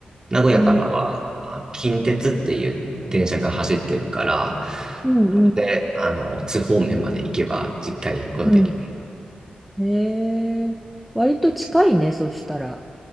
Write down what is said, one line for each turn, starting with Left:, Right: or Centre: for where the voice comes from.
Right: 名古屋からは、
Centre: うん
Right: あの近鉄っていう電車が走ってるから、
Centre: うんうん
Right: そこで、あの、津方面まで行けば実家に行くことができる。
Centre: うん。へえ。割と近いね、そしたら。